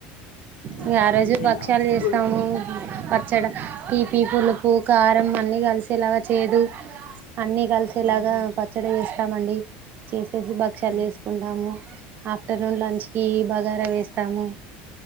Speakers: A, on the right; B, on the left.
A: ఇంగ
B: అట్-
A: ఆ రోజు
B: అంతేనా
A: భక్ష్యాలు జేస్తాము
B: గుడి
A: పచ్చడ తీపి పులుపు కారం అన్ని గలిసేలాగా చేదు అన్నీ కలిసేలాగా
B: ఉహు
A: పచ్చడి చేస్తామండి చేసేసి భక్ష్యాలు
B: ఉహు
A: చేసుకుంటాము ఆఫ్టర్నూన్ లంచ్ కి బగారా వేస్తాము